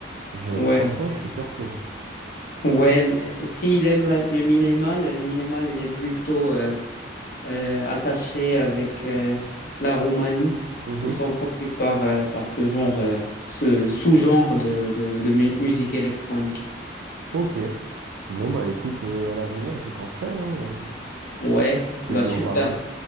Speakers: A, on the right; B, on the left.
A: Je,
B: Ouais,
A: franchement, je suis surpris.
B: ouais. mais S'il aime la- le minimal, le minimal, il est plutôt euh, euh, attaché avec euh, la Roumanie.
A: Mhm.
B: Ils sont connus par, euh, par ce genre, euh, ce sous-genre de, de, de mu- musique électronique.
A: Ok. Bon, bah écoute, euh, à l'avenir, j'y penserai, hein, euh,
B: Ouais,
A: de
B: bah
A: lui
B: super,
A: en parler.